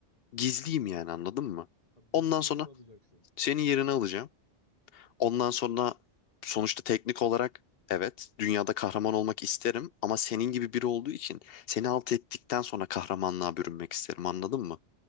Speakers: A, on the left; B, on the left.
A: gizliyim yani anladın mı?
B: Ha,
A: Ondan
B: Benim yerimi
A: sonra
B: alacaksın.
A: senin yerini alacağım. Ondan sonra sonuçta teknik olarak evet dünyada kahraman olmak isterim ama senin gibi biri olduğu için seni alt ettikten sonra kahramanlığa bürünmek isterim anladın mı?